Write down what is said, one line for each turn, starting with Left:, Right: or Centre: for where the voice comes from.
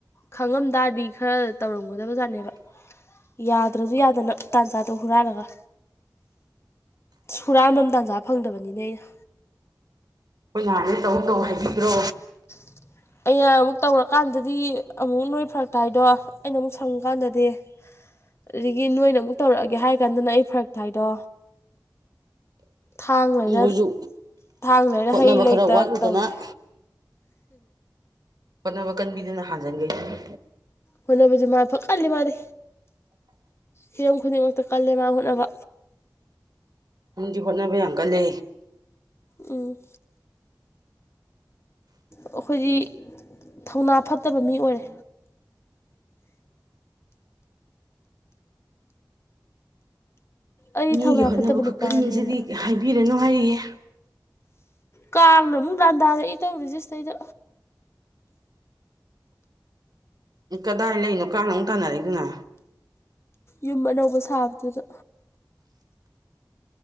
Left: ꯈꯪꯉꯝꯗꯥꯔꯗꯤ ꯈꯔ ꯇꯧꯔꯝꯒꯗꯕꯖꯥꯠꯅꯦꯕ ꯌꯥꯗ꯭ꯔꯁꯨ ꯌꯥꯗꯅ ꯇꯥꯟ ꯆꯥꯗꯣ ꯍꯨꯔꯥꯜꯂꯒ ꯍꯨꯔꯥꯟ ꯃꯝ ꯇꯥꯟꯖꯥ ꯐꯪꯗꯕꯅꯤꯅꯦ ꯑꯩꯅ
Right: ꯑꯩꯈꯣꯏ ꯅꯍꯥꯟꯅ ꯇꯧ ꯇꯧ ꯍꯥꯏꯕꯤꯈ꯭ꯔꯣ
Left: <inaudible> ꯑꯩꯅ ꯑꯃꯨꯛ ꯇꯧꯔꯀꯥꯟꯗꯗꯤ ꯑꯃꯨꯛ ꯅꯣꯏ ꯐꯔꯛ ꯇꯥꯏꯗꯣ ꯑꯩꯅ ꯑꯃꯨꯛ ꯁꯪꯀꯥꯟꯗꯗꯤ ꯑꯗꯨꯗꯒꯤ ꯅꯣꯏꯅ ꯑꯃꯨꯛ ꯇꯧꯔꯛꯑꯒꯦ ꯍꯥꯏꯔ ꯀꯥꯟꯗꯅ ꯑꯩ ꯐꯔꯛ ꯇꯥꯏꯗꯣ ꯊꯥꯡ ꯂꯩꯔ
Right: ꯃꯣꯏꯁꯨ
Left: ꯊꯥꯡ ꯂꯩꯔ
Right: ꯍꯣꯠꯅꯕ
Left: ꯍꯩ
Right: ꯈꯔ
Left: ꯂꯩꯇ
Right: ꯋꯥꯠꯂꯨꯗꯅ
Left: ꯇꯧꯔꯦ
Right: ꯍꯣꯠꯅꯕ ꯀꯟꯕꯤꯗꯨꯅ ꯍꯥꯟꯖꯤꯟꯈꯤꯖꯅꯤ
Left: ꯍꯣꯠꯅꯕꯁꯦ ꯃꯥ ꯐꯥꯀꯜꯂꯤ ꯃꯥꯗꯤ ꯍꯤꯔꯝ ꯈꯨꯗꯤꯡꯃꯛꯇ ꯀꯜꯂꯦ ꯃꯥ ꯍꯣꯠꯅꯕ
Right: ꯃꯤꯗꯤ ꯍꯣꯠꯅꯕ ꯌꯥꯝ ꯀꯜꯂꯦ
Left: ꯎꯝ ꯑꯩꯈꯣꯏꯗꯤ ꯊꯧꯅꯥ ꯐꯠꯇꯕ ꯃꯤ ꯑꯣꯏꯔꯦ ꯑꯩ
Right: ꯃꯤꯒꯤ
Left: ꯊꯧꯅꯥ
Right: ꯍꯣꯠꯅꯕ
Left: ꯐꯠꯇꯕ ꯅꯨꯄꯥꯅꯦꯅ
Right: ꯈꯨꯀꯟꯁꯤꯗꯤ ꯍꯥꯏꯕꯤꯔꯅꯨ ꯍꯥꯏꯔꯤꯌꯦ
Left: ꯀꯥꯡꯅ ꯑꯃꯨꯛ ꯂꯥꯟꯗꯥꯔꯛꯏ ꯇꯧꯔꯤꯁꯦ ꯁꯤꯗꯩꯗ
Right: ꯎꯝ ꯀꯗꯥꯏ ꯂꯩꯔꯤꯅꯣ ꯀꯥꯡꯅ ꯑꯃꯨꯛ ꯇꯥꯟꯅꯔꯛꯏꯗꯨꯅ
Left: ꯌꯨꯝ ꯑꯅꯧꯕ ꯁꯥꯕꯗꯨꯗ